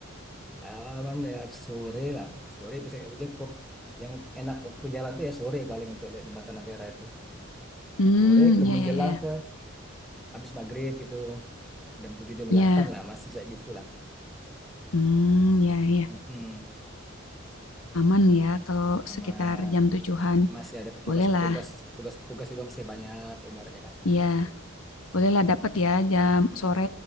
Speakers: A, in the centre; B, on the left.
A: Aman ya sore lah. Sore bisa cukup. Yang enak waktu jalan tuh ya sore paling untuk lihat jembatan Ampera itu.
B: hmm
A: Sore ke
B: ya
A: menjelang
B: ya ya ya
A: ke habis maghrib gitu. Jam 7 jam
B: Ya.
A: delapan lah masih kayak gitu lah.
B: hmm ya ya
A: Mm-mm.
B: aman ya kalau
A: Sama
B: sekitar jam tujuhan
A: masih ada petugas-petugas
B: bolehlah
A: petugas-petugas juga masih banyak ibaratnya kan.
B: ya Bolehlah dapat ya jam sore.